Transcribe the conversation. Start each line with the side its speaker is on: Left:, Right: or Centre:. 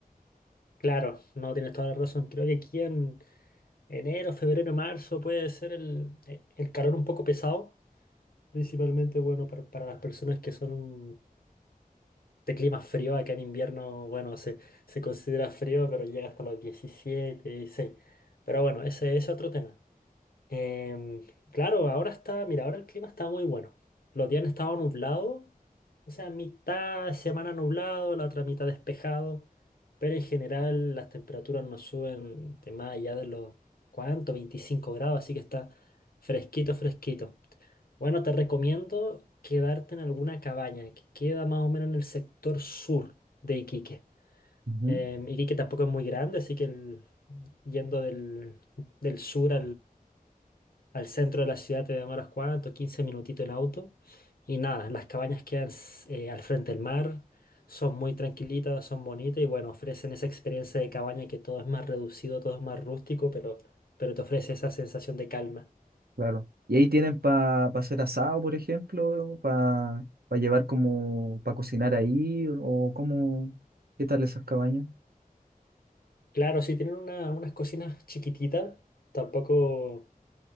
Left: Claro, no tienes toda la razón. Creo que aquí en enero, febrero, marzo puede ser el, e- el calor un poco pesado. Principalmente, bueno, para, para las personas que son un- de clima frío. Acá en invierno, bueno, se, se considera frío, pero llega hasta los 17, 16. Pero bueno, ese es otro tema. Em, claro, ahora está, mira, ahora el clima está muy bueno. Los días han estado nublados O sea, mitad semana nublado, la otra mitad despejado, pero en general las temperaturas no suben de más allá de los, ¿cuánto? veinticinco grados, así que está fresquito, fresquito. Bueno, te recomiendo quedarte en alguna cabaña que queda más o menos en el sector sur de Iquique.
Right: Ujú,
Left: Em, Iquique tampoco es muy grande, así que el- yendo del, del sur al centro de la ciudad te demoras cuánto, 15 minutitos en auto. Y nada, las cabañas quedan s- eh, al frente del mar, son muy tranquilitas, son bonitas y bueno, ofrecen esa experiencia de cabaña que todo es más reducido, todo es más rústico, pero, pero te ofrece esa sensación de calma.
Right: claro. Y ahí tienen para hacer asado, por ejemplo, para llevar como, para cocinar ahí, o como, ¿qué tal esas cabañas?
Left: Claro, si tienen una- unas cocinas chiquititas, tampoco